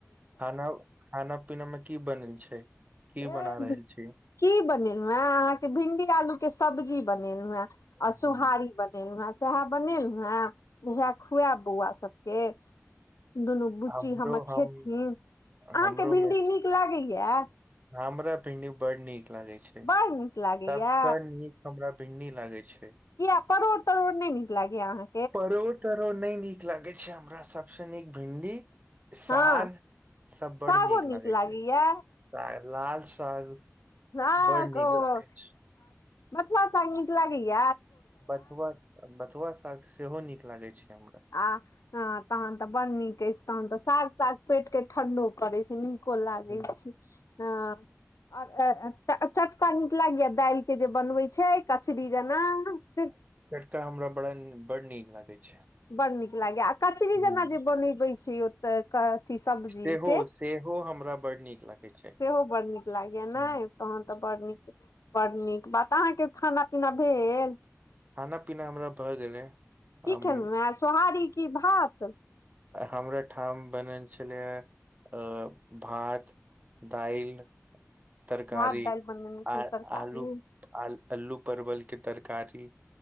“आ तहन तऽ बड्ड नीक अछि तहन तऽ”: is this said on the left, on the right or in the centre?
Left